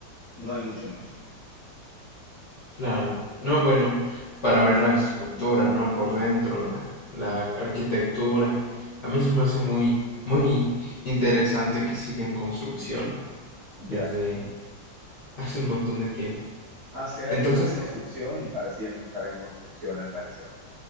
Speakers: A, on the right (about 45°); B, on the left (about 55°).
A: no hay mucho más.
B: Claro, no, bueno, para ver la estructura, ¿no? Por dentro, la, la arquitectura. A mí se me hace muy, muy interesante que siga en construcción
A: Ya,
B: desde hace un montón de tiempo.
A: hace años
B: Entonces,
A: en construcción
B: Así
A: y para siempre estar en construcción, al parecer.